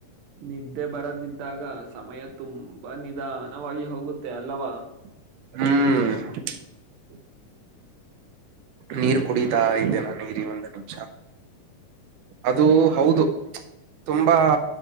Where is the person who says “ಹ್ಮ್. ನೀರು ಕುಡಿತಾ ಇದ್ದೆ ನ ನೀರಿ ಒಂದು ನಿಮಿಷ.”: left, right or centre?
Right